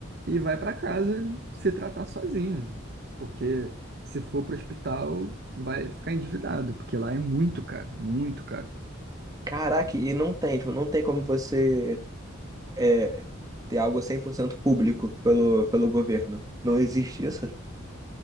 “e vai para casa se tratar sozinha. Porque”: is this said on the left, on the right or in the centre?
Right